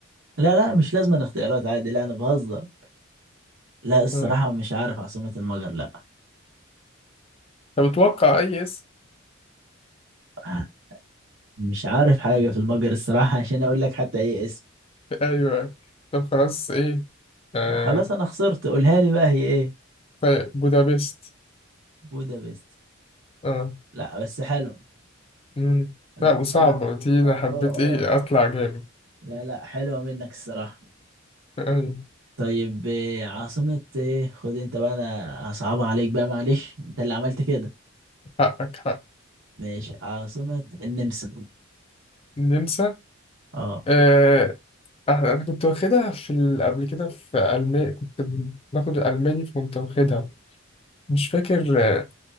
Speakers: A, on the right; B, on the left.
A: لا لا مش لازم الاختيارات عادي لا انا بهزر لا الصراحة
B: آه.
A: مش عارف عاصمة المجر لا
B: طب اتوقع أي اسم
A: <laughs> مش عارف حاجة في المجر الصراحة عشان اقول لك حتى ايه اسم
B: ايوه طب خلاص ايه آه.
A: خلاص انا خسرت قولها لي بقى هي ايه
B: طيب بودابست
A: بودابست
B: اه
A: لا بس حلو
B: مم.
A: لا
B: لا وصعبة
A: حلو
B: دي انا
A: اه
B: حبيت
A: اه آه.
B: ايه اطلع جامد
A: لا لا حلوة منك الصراحة
B: ايوه
A: طيب إيه عاصمة ايه خد انت بقى انا هصعبها عليك بقى معلش انت اللي عملت كده
B: حقك حق
A: ماشي عاصمة النمسا
B: النمسا
A: اه
B: آه. انا كنت واخدها في ال- قبل كده في المانيا كنت باخد الالماني فكنت واخدها مش فاكر آه،